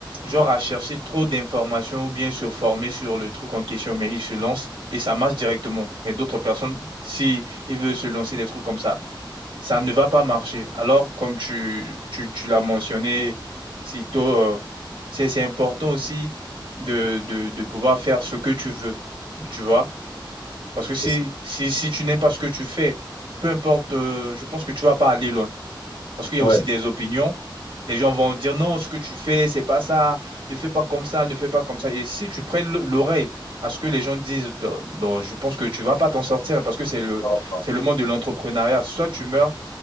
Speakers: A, on the right; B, on the left.
A: genre, à chercher trop d'informations ou bien se former sur le truc en question, mais ils se lancent et ça marche directement. Mais d'autres personnes, si ils veulent se lancer des trucs comme ça, ça ne va pas marcher. Alors, comme tu, tu, tu l'as mentionné si tôt, euh, c'est, c'est important aussi de, de, de pouvoir faire ce que tu veux. Tu vois? Parce que si,
B: C'est ça.
A: si, si tu n'aimes pas ce que tu fais, peu importe, euh, je pense que tu vas pas aller loin. Parce qu'il y
B: Ouais.
A: a aussi des opinions. Des gens vont dire non, ce que tu fais, c'est pas ça, ne fais pas comme ça, ne fais pas comme ça. Et si tu prêtes le- l'oreille à ce que les gens disent, euh, bon, je pense que tu vas pas t'en sortir parce que c'est le,
B: Non, non.
A: c'est le monde de l'entrepreneuriat. Soit tu meurs,